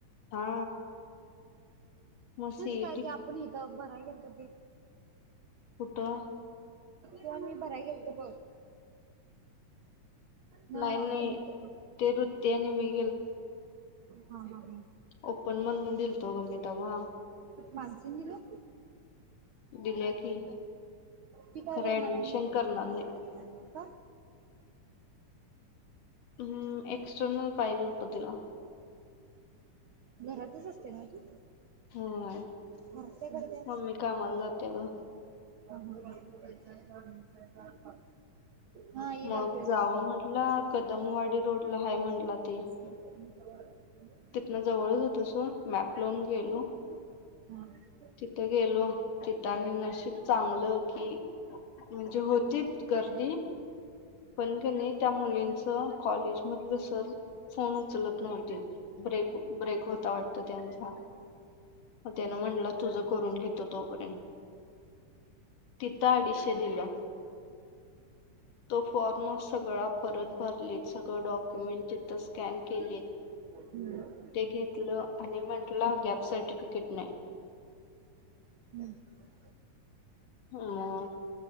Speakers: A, on the left; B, on the right.
A: हा. मग
B: तेच
A: सीईटी
B: काय ते आपण इथं बरा घल त ते?
A: फुटं?
B: पण मी बरा गेलतो बघ.
A: <unintelligible>
B: न ना
A: नाही
B: तुम्ही त
A: ते वृत्ती आणि मी
B: ह ह.
A: ओपण म्हणून दिलतो ग मीताव्हा.
B: मानज निला.
A: दिले की?
B: ती काय
A: खरं
B: करणार
A: ऍडमिशन
B: आहे.
A: करणार नाही
B: नाही का.
A: हम्म एक्सटर्नाल प्रज उतधला.
B: घरातच असते ना तू.
A: होय
B: म्या कररते.
A: मम्मी कामाला जाते ग
B: पं सरकार. हा. ईडब्ल्यू
A: मग
B: एस.
A: जावं म्हंटलं कदमवाडी रोड ला ह म्हंटला ते.
B: त.
A: तिथन जवळच होत सोड मॅप लावून गेलो.
B: ह.
A: तिथं गेलो तिथं आणि नशीिब चांगलं कि? म्हणजे होतीच गर्दी. पण क नाही त्या मुलींच कॉलेजमधलं सर. फोन उचलत नव्हती ब्रेक. <unintelligible> होता वाटत त्यांचा, त्यानं <unintelligible> तुजं करून घेतो तोपर्यंत. तिथं अडीचशे दिलं. तो फॉर्म सगळा परत भरलेत सगळं डॉक्युमेंट जिथं स्कॅन केलीत.
B: <unintelligible>
A: ते घेतलं आणि म्हंटलं गॅप सर्टिफिकेट
B: <inaudible>
A: अ